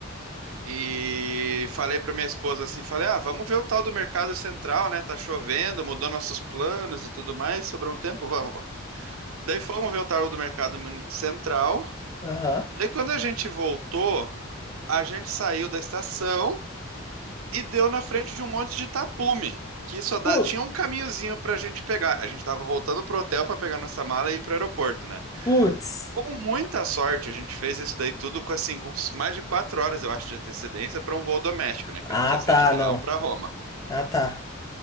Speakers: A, on the right; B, on the left.
A: e falei pra minha esposa assim, falei, ah, vamos ver o tal do Mercado Central, né? Tá chovendo, mudou nossos planos e tudo mais, sobrou um tempo, vamos, vamos. Daí fomos ver o tal do Mercado Mun- Central.
B: Aham.
A: Daí quando a gente voltou, a gente saiu da estação e deu na frente de um monte de tapume, que só dá,
B: Pu-
A: tinha um caminhozinho pra gente pegar. A gente tava voltando pro hotel pra pegar nossa mala e ir pro aeroporto, né?
B: Putz.
A: Com muita sorte, a gente fez isso daí tudo com assim, com mais de quatro horas, eu acho, de antecedência para um voo doméstico, né? Que
B: Ah,
A: a gente ia sair
B: tá,
A: de Milão
B: não.
A: para Roma.
B: Ah, tá.